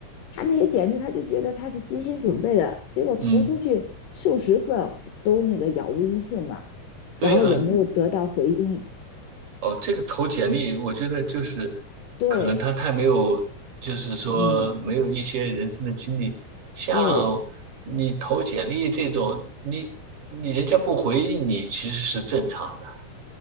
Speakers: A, on the left; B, on the right.
A: 他那些简历他就觉得他是精心准备的，结果投出去数十份都那个杳无音讯嘛，
B: 嗯，
A: 然后也没有得到回音。
B: 对啊，哦，这个投简历，我觉得就是
A: 对，
B: 可能他太没有，就是说没有一些人生的经历。
A: 嗯，
B: 像
A: 对，
B: 你投简历这种，你你人家不回应你，其实是正常的，